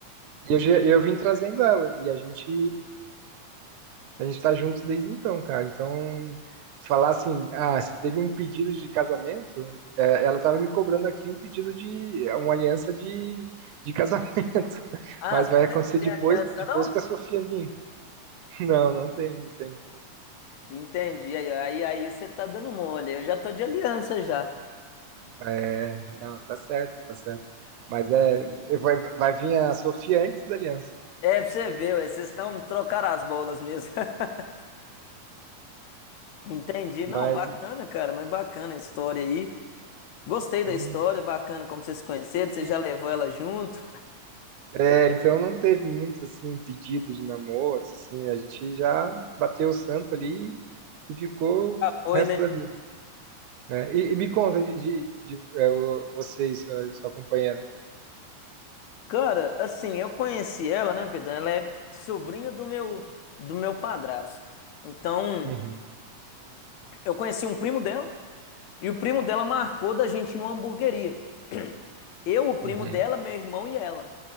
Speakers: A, on the right; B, on the left.
A: E eu, já- eu vim trazendo ela e a gente a gente tá junto desde então, cara. Então falar assim, ah, se teve um pedido de casamento, é, ela tava me cobrando aqui um pedido de uma aliança de, de casamento, <laughs>
B: Ah,
A: mas vai
B: ainda
A: acontecer
B: não tem
A: depois
B: aliança,
A: depois
B: não?
A: que a Sofia vir. Não, não tem, não tem.
B: Entendi. Aí, aí, aí você tá dando mole. Eu já tô de aliança já.
A: É, não, tá certo, tá certo. Mas é, eu vou vai vir a Sofia antes da Aliança.
B: É, pra você ver, ué, vocês estão trocar as bolas mesmo. <laughs> Entendi.
A: Mas
B: Não, bacana, cara, mas bacana a história aí. Gostei da
A: hum,
B: história, bacana como vocês se conheceram,
A: e-
B: você já
A: e-
B: levou ela junto?
A: é, então não teve muito assim pedido de namoro, assim, a gente já bateu o santo ali e ficou
B: Foi,
A: o resto
B: né?
A: da vida, né? E, e me conta de, de, de, é, o- você e sua, sua companheira.
B: Cara, assim, eu conheci ela, né, Pedro? Ela é sobrinha do meu do meu padrasto. Então,
A: Uhum,
B: eu conheci um primo dela e o primo dela marcou da gente ir numa hamburgueria. Eu, o primo
A: uhum.
B: dela, meu irmão e ela.